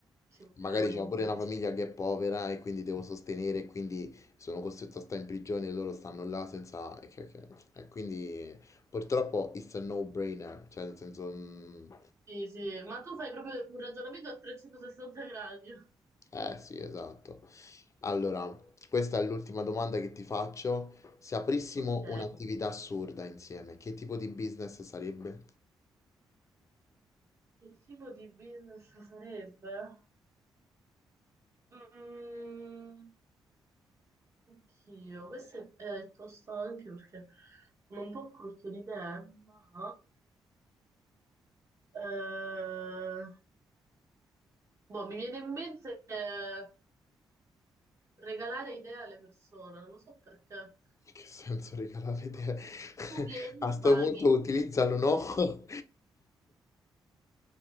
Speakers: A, on the right (about 35°); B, on the left (about 35°).
A: sicuramente.
B: Magari c'ho pure una famiglia che è povera e quindi devo sostenere, e quindi sono costretto a stare in prigione e loro stanno là senza... E che- che- e quindi purtroppo it's a no-brainer, cioè nel senso... mm,
A: Sì, sì, ma tu fai proprio un ragionamento a 360 gradi. <laughs>
B: Eh sì, esatto. Allora, questa è l'ultima domanda che ti faccio. Se aprissimo
A: Ok.
B: un'attività assurda insieme, che tipo di business sarebbe?
A: Che tipo di business sarebbe? Mm, oddio, questa è, eh, è tosta anche perché sono un po' corto di idee, ma eh, boh, mi viene in mente eh, regalare idee alle persone, non lo so perché
B: Che senso regalare te? <laughs>
A: tu vieni,
B: A
A: mi
B: sto
A: paghi.
B: punto utilizzalo, no? <laughs>